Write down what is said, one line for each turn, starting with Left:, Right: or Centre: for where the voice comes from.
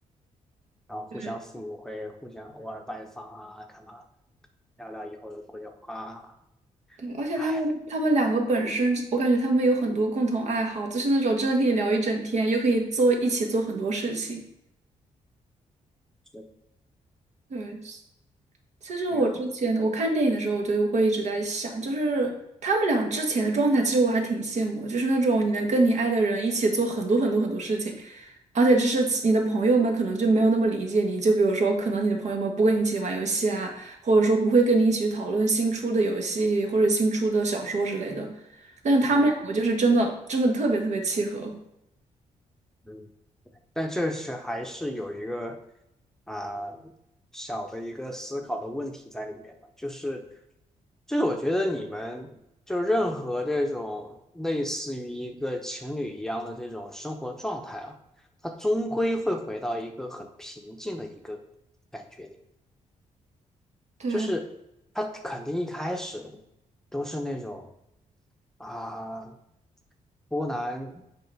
Centre: 然后互相父母会互相偶尔拜访啊，
Right: 对
Centre: 干嘛的聊聊以后的规划啊，
Right: 对，而且他们他们两个本身，
Centre: 哎，
Right: 我感觉他们有很多共同爱好，就是那种真的可以聊一整天，又可以做一起做很多事情。
Centre: 真
Right: 对，其实我之前我看电影的时候，
Centre: 美好。
Right: 我就会一直在想，就是他们俩之前的状态，其实我还挺羡慕的，就是那种你能跟你爱的人一起做很多很多很多事情，而且就是其你的朋友们可能就没有那么理解你，就比如说可能你的朋友们不跟你一起玩游戏啊，或者说不会跟你一起去讨论新出的游戏或者新出的小说之类的，但是他们两个就是真的真的特别特别契合。
Centre: 嗯嗯。但这是还是有一个啊、小的一个思考的问题在里面吧，就是就是我觉得你们就任何这种类似于一个情侣一样的这种生活状态啊，它终归会回到一个很平静的一个感觉。里。
Right: 对，
Centre: 就是他肯定一开始都是那种啊、波澜